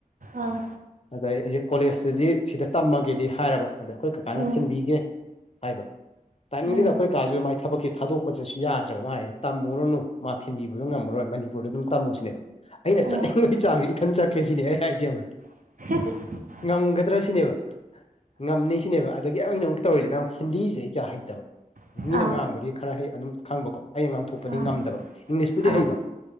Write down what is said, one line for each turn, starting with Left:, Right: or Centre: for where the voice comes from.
Right: ꯑꯥ
Left: ꯑꯗꯩ ꯑꯩꯁꯦ ꯀꯣꯂꯦꯖꯇꯗꯤ ꯁꯤꯗ ꯇꯝꯃꯒꯦꯗꯤ ꯍꯥꯏꯔꯕ ꯑꯗ ꯑꯩꯈꯣꯏ ꯀꯀꯥꯅ
Right: ꯎꯝ
Left: ꯊꯤꯟꯕꯤꯒꯦ ꯍꯥꯏꯕ ꯇꯥꯏꯃꯤꯡꯁꯤꯗ
Right: ꯎꯝ
Left: ꯑꯩꯈꯣꯏ ꯀꯥꯁꯨ ꯃꯥꯏ ꯊꯕꯛꯀꯤ ꯊꯥꯗꯣꯛ ꯄꯣꯠꯆꯠꯁꯨ ꯌꯥꯗ꯭ꯔꯕ ꯃꯥ ꯍꯥꯏꯌꯦ ꯇꯝꯃꯨꯔꯅꯨ ꯃꯥ ꯊꯤꯟꯕꯤꯕꯗꯣ ꯉꯝꯃꯔꯣꯏ ꯃꯅꯤꯄꯨꯔꯗ ꯑꯗꯨꯝ ꯇꯝꯃꯣ ꯁꯤꯅꯦꯕ ꯑꯩꯅ
Right: ꯎꯝ
Left: ꯆꯠꯅꯤꯡꯕꯩ
Right: ꯑꯥ
Left: ꯆꯥꯡꯁꯦ ꯏꯊꯟ ꯆꯠꯀꯦꯁꯤꯅꯦ ꯑꯩ ꯍꯥꯏꯖꯦ ꯈꯪꯕ꯭ꯔ
Right: ꯍꯝꯍꯝ
Left: ꯉꯝꯒꯗ꯭ꯔ ꯁꯤꯅꯦꯕ ꯉꯝꯅꯤ ꯁꯤꯅꯦꯕ ꯑꯗꯒꯤ ꯑꯩꯅ ꯑꯃꯨꯛ ꯇꯧꯔꯤꯁꯤꯅꯛ ꯍꯤꯟꯗꯤꯁꯦ ꯑꯩ ꯀꯌꯥ ꯍꯩꯇꯕ
Right: ꯑꯥ
Left: ꯃꯤꯅ ꯉꯥꯡꯕꯗꯤ ꯈꯔ ꯍꯩ ꯑꯗꯨꯝ ꯈꯪꯕꯀꯣ ꯑꯩꯅ ꯉꯥꯡꯊꯣꯛꯄꯗꯤ
Right: ꯑꯥ
Left: ꯉꯝꯗꯕ ꯏꯪꯂꯤꯁꯄꯨꯗꯤ
Right: ꯑꯥ
Left: ꯍꯩꯕ